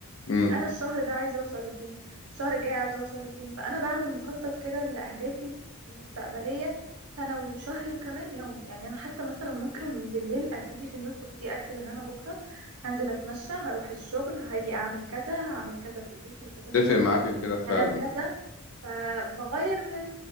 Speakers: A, on the left; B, on the right.
A: مم.
B: انا الشهر ده عايزه اوصل لفين الشهر الجاي عاوزه اوصل لفين فانا بعمل مخطط كده لاهدافي المستقبليه سنوي وشهري وكمان يومي يعني انا حتى مثلا ممكن بالليل ابتدي في النوت بوك دي اكتب ان انا بكره هنزل اتمشى هروح الشغل هاجي اعمل كذا هعمل كذا في البيت وكذا في
A: اتفق
B: البيت
A: معاك في كده فعلا
B: هنام كذا فبغير من